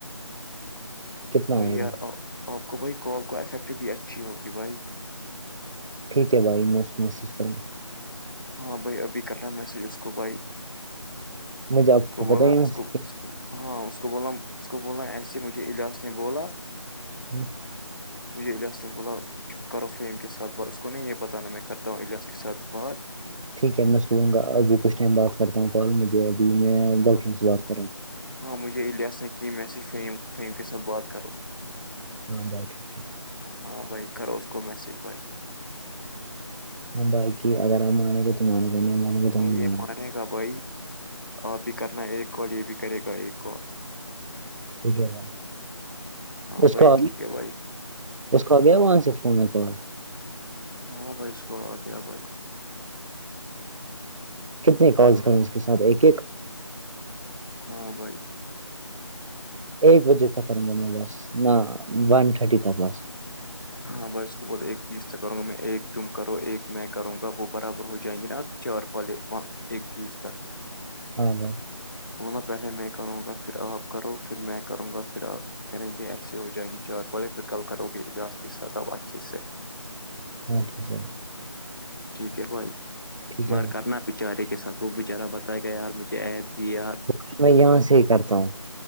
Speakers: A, on the right; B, on the left.
A: کتنا
B: بھائی
A: آئے
B: یار
A: گا
B: آپ کو بھائی کال کو افیکٹ بھی اچھی ہوگی بھائی
A: ٹھیک ہے بھائی میں اس کو میسیج کروں گا
B: ہاں بھائی ابھی کرنا ہے میسج اس کو بھائی
A: مجھے آپ
B: اس کو بولنا
A: پتا یہاں
B: اس کو
A: سے کیا
B: ہاں اس کو بولا اس کو بولا ایسے مجھے الاس نے بولا
A: ہوں
B: مجھے الیاس نہیں بولا کرو فیم کے ساتھ بات اس کو نہیں یہ بتانا میں کرتا ہوں الیاس کے ساتھ بات
A: ٹھیک ہے میں سوں گا ابھی کچھ ٹائم بات کرتا ہوں کال مجھے ابھی میں دن
B: ہاں
A: سے بات کر رہا ہوں
B: ہاں مجھے یہ الیاس نے کہ میں سے فہیم فہیم کے ساتھ بات کروں
A: ہاں بھائی ٹھیک ہے ب
B: ہاں بھائی کرو اس کو میسج بھائی
A: ہاں بائی ٹھیک اگر ہم مانے گا تو مانے گا تو نہیں مانے گے
B: بھائی
A: ہم
B: یہ
A: مانیں
B: مانے
A: گے
B: گا بھائی آپ بھی کرنا ایک کال یہ بھی کرے گا ایک کال
A: ٹھیک ہے بھائی
B: ہاں
A: اس
B: بھائی
A: کا
B: ٹھیک ہے بھائی
A: اس کو آ گیا وہاں سے فون یا کال
B: ہاں بھائی اس کو آ گیا بھائی
A: کتنے کالس کریں اس کے ساتھ ایک ایک
B: ہاں بھائی
A: ایک بجے تک کروں گا میں بس نہ ون تھرٹی تک بس
B: ہاں بھائی اس کو بول ایک چیز سے کروں گا میں ایک تم کرو ایک میں کروں گا وہ برابر ہو جائیں گی نا ابھی چار کالے وہ ایک تس تک
A: ہاں بھائی
B: اس بولنا پہلے میں کروں گا پھر آپ کرو پھر میں کروں گا پھر آپ کریں گے ایسے ہو جائیں گے چار پھر کل کرو گے اجاز کے ساتھ آپ اچھے سے
A: ہاں ٹھیک ہے
B: ٹھیک ہے بھائی
A: ٹھیک
B: مگر
A: ہے بھائی،
B: کرنا بچارے کے ساتھ وہ بچارا بتائے گا یار مجھے ایپ دی یار
A: اس کو بول میں یہاں سے ہی کرتا ہوں